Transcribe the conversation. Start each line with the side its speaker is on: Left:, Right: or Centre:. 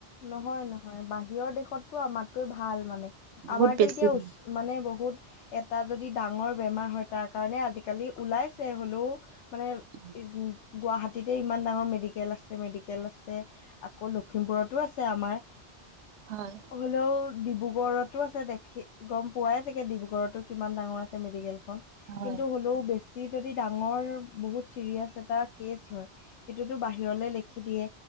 Left: নহয় নহয় বাহিৰৰ দেশতটো আমাতকৈ ভাল মানে।
Right: বহুত
Left: আমাৰতো
Right: বেছি
Left: এতিয়া
Right: হয়
Left: উচ মানে বহুত এটা যদি ডাঙৰ বেমাৰ হয় তাৰ কাৰণে আজিকালি ওলাইছে হ'লেও মানে।
Right: উম,
Left: গুৱাহাটীতে ইমান ডাঙৰ মেডিকেল আছে মেডিকেল আছে আকৌ লখিমপুৰত টো আছে আমাৰ
Right: হয়
Left: হলেও ডিব্ৰুগড়তো আছে দেখি গম পোৱাই চাগে ডিব্ৰুগড়তো? কিমান ডাঙৰ আছে মেডিকেল খন
Right: হয়
Left: কিন্তু হ'লেও বেছি বেচি যদি ডাঙৰ বহুত চিৰিয়াচ এটা কেচ হয় সেইটো বাহিৰ লখি দিয়ে।